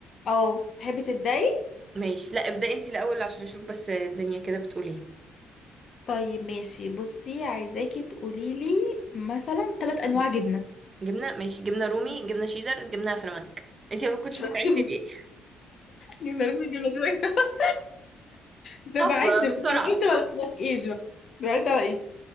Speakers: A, on the left; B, on the right.
A: اه تحبي تبداي
B: ماشي لا ابدأي انت الاول عشان اشوف بس الدنيا كده بتقول ايه
A: طيب ماشي بصي عايزاكي تقوليلي مثلا ثلاث انواع
B: مم.
A: جبنه
B: جبنة ماشي جبنة رومي
A: <laughs>
B: جبنة شيدر جبنة فلامنك انت ما كنتش
A: شطور
B: بتعدي ليه <laughs>
A: جبنه رومي جبنه شويه <laughs> ده
B: حافظة
A: بعد
B: بسرعة
A: بس بعد ما الخبطكيش بقى بعد على ايدي